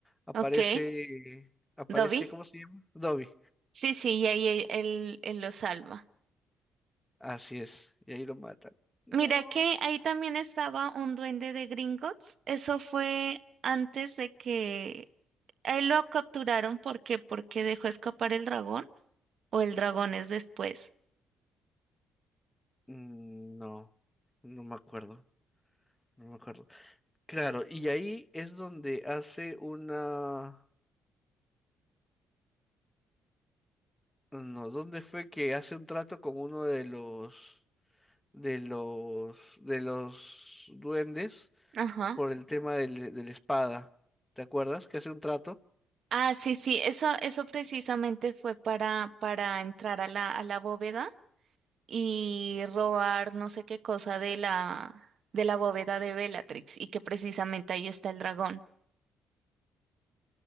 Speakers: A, in the centre; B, on the right.
A: aparece,
B: Ok,
A: aparece,
B: Dobby.
A: ¿cómo se llama? Dobby.
B: Sí, sí, y ahí él, él- él lo salva.
A: Así es, y ahí lo matan. No,
B: Mira que ahí también estaba un duende de Gringotts. Eso fue antes de que a él lo capturaron porque porque dejó escapar el dragón o el dragón es después.
A: Mm, no, no me acuerdo, no me acuerdo. Claro, y ahí es donde hace una, no, ¿dónde fue que hace un trato con uno de los, de los, de los duendes?
B: Ajá.
A: por el tema del, de la espada. ¿Te acuerdas? Que hace un trato.
B: Ah, sí, sí, eso, eso precisamente fue para, para entrar a la, a la bóveda. y robar no sé qué cosa de la de la bóveda de Bellatrix y que precisamente ahí está el dragón.